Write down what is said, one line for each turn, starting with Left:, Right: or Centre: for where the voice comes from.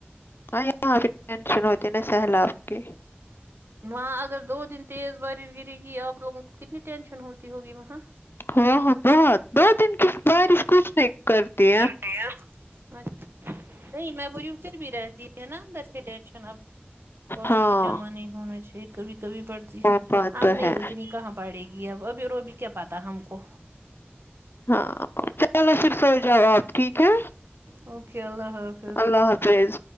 Left: ہاں یہاں ٹینشن ہوتی نا سہلاب کی
Right: وہاں اگر دو دن تیز بارش گرے گی آپ لوگوں کو کتنی ٹینشن ہوتی ہوگی وہاں
Left: ہاں ہاں بہت دو دن کی بارش کچھ نہیں کرتی ہے
Right: <unintelligible> نہیں میں بول ریوں پھر بھی رہتی ہے نا گھر سے ٹینشن اب پانی
Left: ہاں
Right: جمع نہیں ہونا چاہیے کبھی کبھی پڑتی
Left: وہ
Right: ہے
Left: بات
Right: اب
Left: تو
Right: نہیں
Left: ہے
Right: اتنی کہاں پڑے گی اب ابھی رو بھی کے بتا ہم کو
Left: ہاں چلو پھر سو جاؤ آپ ٹھیک ہے
Right: اوکے اللہ حا
Left: اللہ حافظ